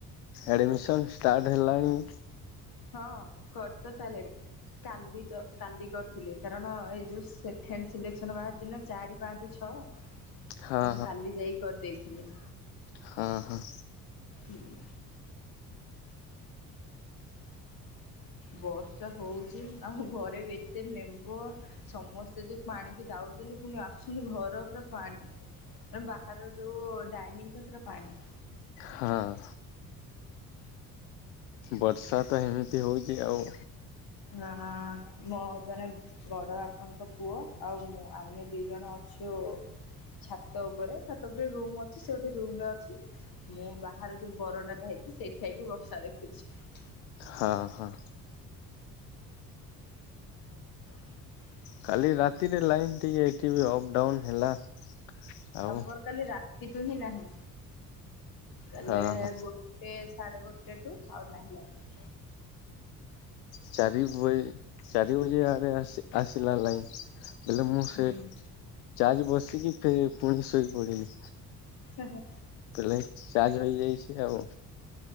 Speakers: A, on the left (about 65°); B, on the left (about 50°).
A: ଆଡମିସନ୍ ଷ୍ଟାର୍ଟ ହେଲାଣି?
B: ହଁ କରିତ ସାରିଲେଣି। କାଲି ଜ କାଲି କରିଥିଲେ କାରଣ ଏଇ ଯୋଉ ସେଖେଣ୍ଡ ସିଲେକ୍ସନ୍ ବାହାରିଛି ନା ଚାରି ପାଞ୍ଚ ଛଅ।
A: ହଁ
B: ତ ମୁଁ କାଲି ଯାଇି କରିଦେଇଥିଲି।
A: ହଁ-ହଁ।
B: ହୁଁ। ବର୍ଷା ହଉଛି ଆମ ଘରେ ବି ଏତେ ମେମ୍ବର୍। ସମସ୍ତେ ଯୋଉ ପାଣିକି ଯାଉଛନ୍ତି ପୁଣି ଆସୁଛନ୍ତି ଘର ପୁରା ପାଣି। ଆମ ବାହାରର ଯୋଉ ଡାଇନିଂଟା ପୁରା ପାଣି।
A: ହଁ। ବର୍ଷା ତ ହେମିତି ହଉଛି ଆଉ।
B: ଆଁ ମୋ ଜଣେ ବଡ ବାପାଙ୍କ ପୁଅ ଆଉ ମୁଁ ଆମେ ଦି ଜଣ ଅଛୁ ଛାତ ଉପରେ ଛାତ ଉପରେ ରୁମ ଅଛି ସେ ଗୋଟେ ରୁମ ରେ ଅଛି। ମୁଁ ବାହାରୁ ଯୋଉ ବରଣ୍ଡାଟା ହେଇଛି ସେଇଠି ଠିଆ ହେଇକି ବର୍ଷା ଦେଖୁଛି।
A: ହଁ ହଁ।
B: ହ
A: କାଲି ରାତିରେ ଲାଇନ ଟିକେ ଏଠିବି ଅପ ଡାଉନ ହେଲା। ଆଉ
B: ଆମର କାଲି ରାତିଠୁ ହିଁ ନାହିଁ କାଲି
A: ହଁ ହଁ।
B: ଗୋ ଗୋଟେ ସାଢେ ଗୋଟେଠୁ ଆଉ ନାହିଁ ଲାଇନ।
A: ଚାରି ବଜ ଚାରି ବଜେ ଆଡେ ଆସିଲା ଲାଇନ। ହେଲେ ମୁଁ ସେ
B: ହୁଁ
A: ଚାର୍ଜ ବସିକିଫେରେ ପୁଣି ଶୋଇ ପଡିଲି।
B: ହେ ହେ।
A: ପଲେ ଚାର୍ଜ ହେଇଯାଇଛି ଆଉ।